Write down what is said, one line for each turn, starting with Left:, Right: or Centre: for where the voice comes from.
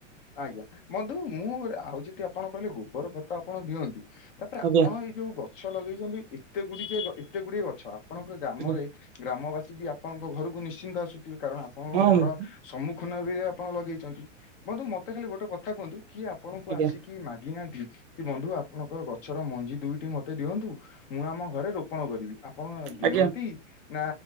Left: ଆଜ୍ଞା ବନ୍ଧୁ ମୁଁ ଆଉ ଯଦି ଆପଣ କହିଲେ ଗୋବର ଖତ ଆପଣ ଦିଅନ୍ତି। ତାପରେ
Right: ଆଜ୍ଞା
Left: ଆପଣ ଏଇ ଯୋଉ ଗଛ ଲଗେଇଛନ୍ତି ଏତେ ଗୁଡ଼ିଚେ ଗୁଡ଼ିକେ ଏତେ ଗୁଡ଼ିଏ ଗଛ ଆପଣଙ୍କ ଗ୍ରାମରେ
Right: ଆଜ୍ଞା
Left: ଗ୍ରାମବାସୀ ବି ଆପଣଙ୍କ ଘରକୁ ନିଶ୍ଚିନ୍ତ ଆସୁଥିବେ କାରଣ ଆପଣଙ୍କ
Right: ହଁ
Left: ଘର ସମ୍ମୁଖୀନ ବି ଆପଣ ଲଗେଇଛନ୍ତି। ବନ୍ଧୁ ମତେ ଖାଲି ଗୋଟେ କଥା କୁହନ୍ତୁ କିଏ ଆପଣଙ୍କୁ
Right: ଆଜ୍ଞା।
Left: ଆସିକି ମାଗିନାହାନ୍ତି। କି ବନ୍ଧୁ ଆପଣଙ୍କର ଗଛର ମଞ୍ଜି ଦୁଇଟି ମତେ ଦିଅନ୍ତୁ ମୁଁ ଆମ ଘରେ ରୋପଣ କରିବି। ଆପଣ ଦିଅନ୍ତି
Right: ଆଜ୍ଞା
Left: ନା